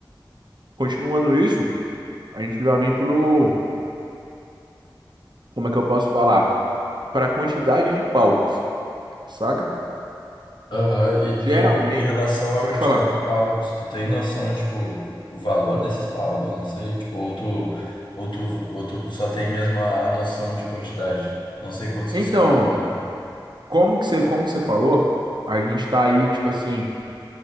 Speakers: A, on the right; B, on the left.
A: continuando isso, a gente já vem pro, como é que eu posso falar? Pra quantidade de palcos, saca?
B: Aham, E,
A: Geralmente,
B: e em relação à
A: pode
B: quantidade
A: falar.
B: de palcos, tu tem noção, tipo, o valor desses palcos? Não sei, tipo, ou tu, ou tu, ou tu só tem mesmo a, a noção de quantidade? Não sei quantos
A: Então,
B: que suportam
A: mano,
B: lá.
A: como que você, como você falou, a gente tá aí, tipo assim,